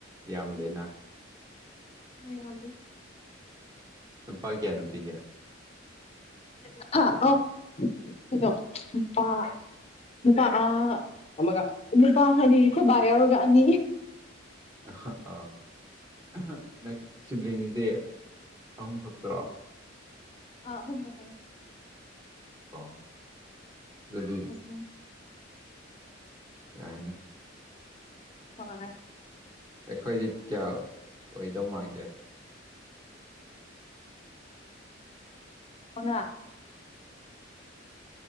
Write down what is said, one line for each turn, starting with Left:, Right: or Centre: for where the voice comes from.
Right: ꯌꯥꯝꯗꯦꯅ
Left: ꯑ ꯌꯥꯝꯗꯦ
Right: ꯅꯨꯄꯥ ꯀꯌꯥ ꯅꯨꯄꯤ ꯀꯌꯥ
Left: <unintelligible> ꯍꯥ ꯑꯣ <unintelligible> ꯅꯨꯄꯥ ꯑꯃꯒ ꯅꯨꯄꯥ ꯍꯥꯏꯗꯤ ꯈꯣꯏꯕꯥ ꯌꯥꯎꯔꯒ ꯑꯅꯤ
Right: ꯑ ꯑꯥ ꯅꯣꯏ ꯁꯤꯕ꯭ꯂꯤꯡꯁꯤꯗꯤ ꯑꯍꯨꯝ ꯈꯛꯇꯔꯣ
Left: ꯑ ꯑꯍꯨꯝ ꯈꯛꯇꯅꯦ
Right: ꯑꯣ ꯑꯗꯨꯗꯤ
Left: ꯎꯝ
Right: ꯌꯥꯏꯗ
Left: ꯍꯣꯏ
Right: ꯑꯩꯈꯣꯏꯗꯤ ꯀꯌꯥ ꯑꯣꯏꯗꯧ ꯃꯥꯟꯒꯦ
Left: ꯃꯉꯥ